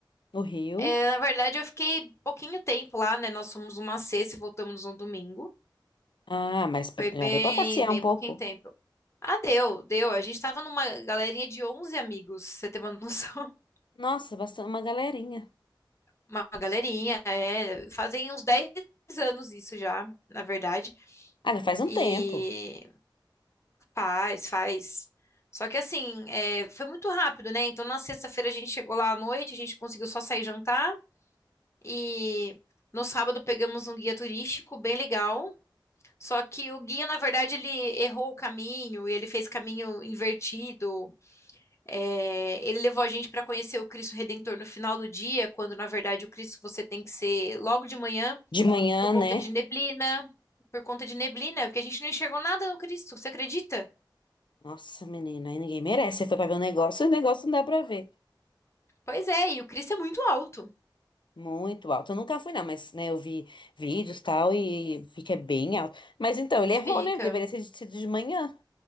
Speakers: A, on the left; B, on the left.
A: No Rio?
B: É, na verdade, eu fiquei pouquinho tempo lá, né? Nós fomos uma sexta e voltamos um domingo.
A: Ah, mas pe-
B: Foi
A: já
B: bem,
A: deu pra passear
B: bem
A: um pouco.
B: pouquinho tempo. Ah, deu, deu. A gente tava numa galerinha de 11 amigos, pra você tem uma noção? <laughs>
A: Nossa, bastante uma galerinha.
B: Uma galerinha, é. Fazem uns 10 anos isso já, na verdade.
A: Ah, já faz um
B: E
A: tempo.
B: faz, faz. Só que assim, é, foi muito rápido, né? Então na sexta-feira a gente chegou lá à noite, a gente conseguiu só sair jantar. E no sábado pegamos um guia turístico bem legal. Só que o guia, na verdade, ele errou o caminho e ele fez caminho invertido. É, ele levou a gente para conhecer o Cristo Redentor no final do dia, quando na verdade o Cristo você tem que ser logo de manhã
A: De manhã,
B: por conta
A: né?
B: de neblina, por conta de neblina, porque a gente não enxergou nada no Cristo, você acredita?
A: Nossa, menina, aí ninguém merece. Você foi pra ver o negócio, o negócio não dá pra ver.
B: Pois é, e o Cristo é muito alto.
A: Muito alto. Eu nunca fui, não, mas, né, eu vi vídeos e tal e vi que é bem alto. Mas então, ele
B: Fica.
A: errou, né? Deveria ter sido de manhã.